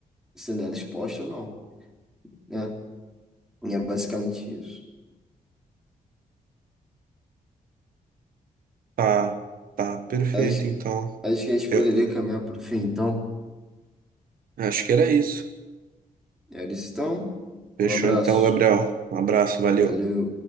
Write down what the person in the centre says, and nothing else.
sendo ela exposta ou não, né? E é basicamente isso.
Acho
que, acho que a gente
poderia caminhar para o fim, então.
eles estão
Um abraço.
Valeu.